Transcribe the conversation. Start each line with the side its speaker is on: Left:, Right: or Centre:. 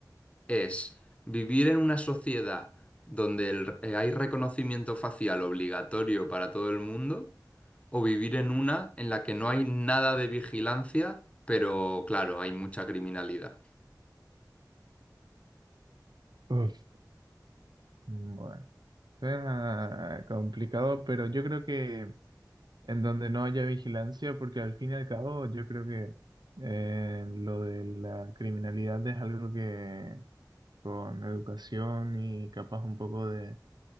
Left: es vivir en una sociedad donde el- eh, hay reconocimiento facial obligatorio para todo el mundo o vivir en una en la que no hay nada de vigilancia, pero claro, hay mucha criminalidad.
Right: Uf. Bueno, suena complicado, pero yo creo que en donde no haya vigilancia, porque al fin y al cabo yo creo que eh, lo de la criminalidad es algo que con educación y capaz un poco de,